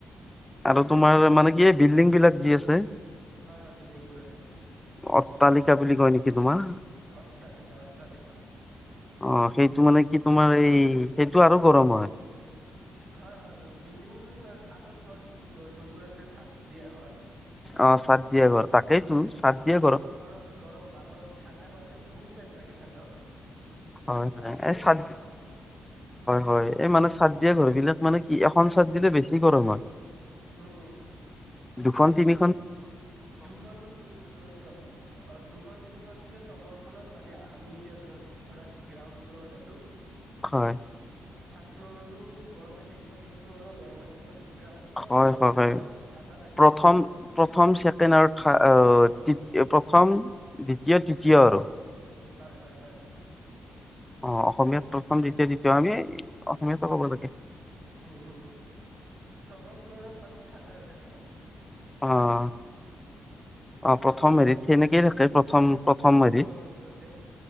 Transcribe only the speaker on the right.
হয়, হয় বিল্ডিং বোৰ আছে।
অট্টালিকা, অট্টালিকা
হয়, হয়। বিল্ডিং বুলি নহয়। চাদৰ ঘৰ, যোন-যোনবোৰ আছে, চাদ দিয়া ঘৰ
চাদৰ ঘৰত গৰম আৰু ঠাণ্ডা হোৱাতে বহু বহুত টাইম লাগে ঠাণ্ডা হোৱাতে
ৰাতিও
ঠাণ্ডা
নহয়
উম, উম।
দুখনটো, অ', দুখন-তিনিখন দিলে তলৰ খনত, মানে, আহ আমি এতিয়া ধৰা, গ্ৰাউণ্ড ফ্ল'ৰত আছোঁ।
ফাৰ্ষ্ট ফ্ল'ৰতো গৰমেই থাকিব। ছেকেণ্ড ফ্ল'ৰো গৰমেই থাকিব গ্ৰাউণ্ড ফ্ল'ৰত
অলপ
হ'লেও ঠাণ্ডা থাকে
হয় হয় হয়।
উম হম, তলৰ ফ্ল'ৰত মানে ঠাণ্ডা হৈ থাকে মানে।
মানে
প্ৰথম
ফ্ল'ৰ যোনটো আছে